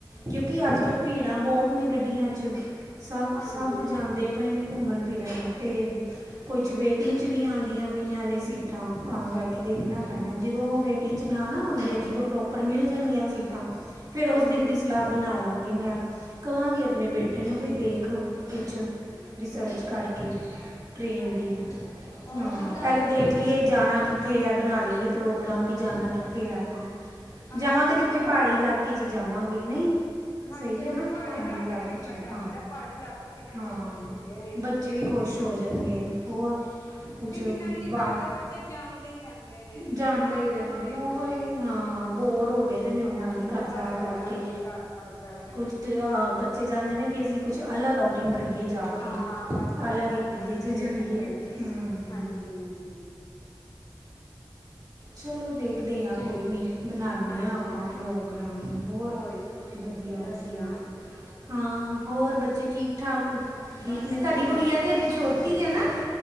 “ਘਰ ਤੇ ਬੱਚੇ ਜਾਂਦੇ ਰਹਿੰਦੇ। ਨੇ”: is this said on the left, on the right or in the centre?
Left